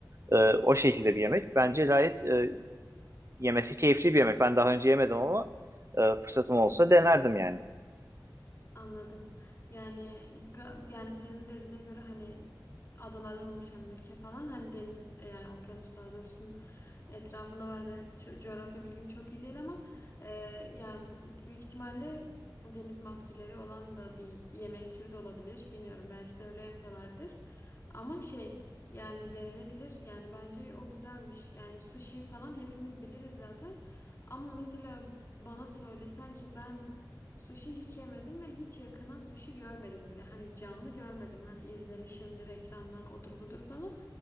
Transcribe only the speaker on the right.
E, o şekilde bir yemek. Bence gayet e, yemesi keyifli bir yemek. Ben daha önce yemedim ama e, fırsatım olsa denerdim yani.